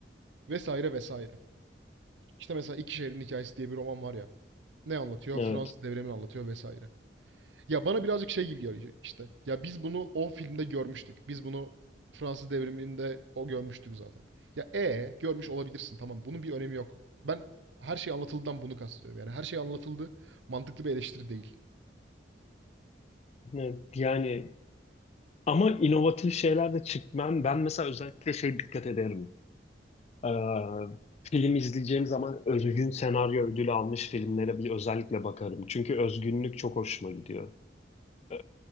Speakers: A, on the right; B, on the left.
A: vesaire vesaire. İşte mesela İki Şehrin Hikayesi diye bir roman var ya. Ne anlatıyor?
B: Evet,
A: Fransız devrimini anlatıyor vesaire. Ya bana birazcık şey gibi geliyor işte. Ya biz bunu o filmde görmüştük. Biz bunu Fransız devriminde o görmüştük zaten. Ya e görmüş olabilirsin tamam. Bunun bir önemi yok. Ben her şey anlatıldıdan bunu kastediyorum. Yani her şey anlatıldı. Mantıklı bir eleştiri değil.
B: evet. Yani ama inovatif şeyler de çıkmam. Ben mesela özellikle şey dikkat ederim. Ee, film izleyeceğim zaman özgün senaryo ödülü almış filmlere bir özellikle bakarım. Çünkü özgünlük çok hoşuma gidiyor. Ee,